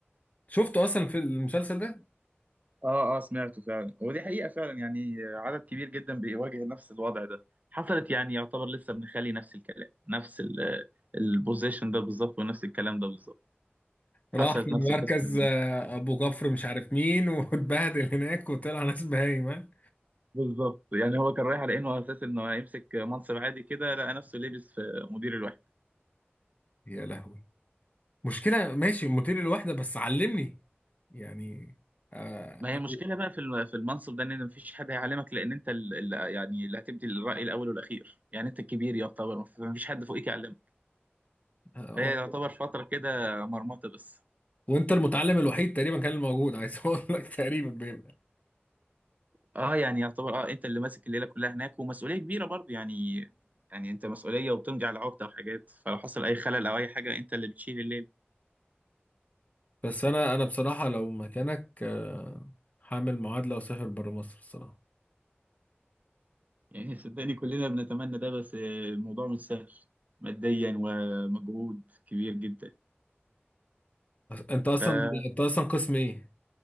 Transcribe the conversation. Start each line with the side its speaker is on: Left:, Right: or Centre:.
Left: شفته اصلا في المسلسل ده
Right: اه اه سمعته فعلا ودي حقيقة فعلا يعني عدد كبير جدا بيواجه نفس الوضع ده حصلت يعني يعتبر لسه ابن خالي نفس الكلام نفس ال- البوزيشن ده بالظبط ونفس الكلام ده بالظبط حصلت
Left: راح في
Right: نفس
Left: مركز
Right: القصة دي.
Left: آه، ابو كفر مش عارف مين <laughs> واتبهدل هناك وطلع ناس بهايمه
Right: بالظبط يعني هو كان رايح على انه على اساس انه هيمسك منصب عادي كده لقى نفسه لابس في مدير الوحدة
Left: يا لهوي مشكلة ماشي مدير الوحدة بس علمني يعني آه
Right: ما هي
Left: آه،
Right: المشكلة بقى في الم- في المنصب ده ان مفيش حد هيعلمك لان انت اللي يعني اللي هتبدي الرأي الاول والاخير يعني انت الكبير يعتبر مفيش حد فوقيك يعلمك
Left: آه،
Right: فهي يعتبر فترة كده مرمطة بس
Left: وانت المتعلم الوحيد تقريبا كان الموجود عايز <laughs> اقول لك تقريبا بيبقى
Right: اه يعني يعتبر اه انت اللي ماسك الليله كلها هناك ومسؤوليه كبيره برضه يعني يعني انت مسؤوليه وبتمضي على عقده وحاجات فلو حصل اي خلل او اي حاجه انت اللي بتشيل الليله
Left: بس انا انا بصراحة لو مكانك آه، هعمل معادلة واسافر بره مصر الصراحة
Right: يعني صدقني كلنا بنتمنى ده بس آه، الموضوع مش سهل ماديا ومجهود كبير جدا
Left: انت اصلا
Right: فلا
Left: انت اصلا قسم ايه